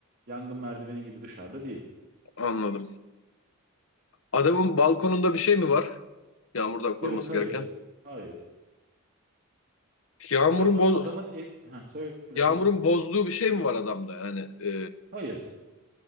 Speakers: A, on the right; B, on the left.
A: Yangın merdiveni gibi dışarıda değil.
B: Anladım. Adamın balkonunda bir şey mi var? Yağmurdan koruması
A: Yok hayır.
B: gereken.
A: Hayır.
B: Yağmurun
A: Korunun
B: boz
A: adamın ev... Ha, söyle
B: yağmurun
A: sor bakalım.
B: bozduğu bir şey mi var adamda? Yani e,
A: Hayır.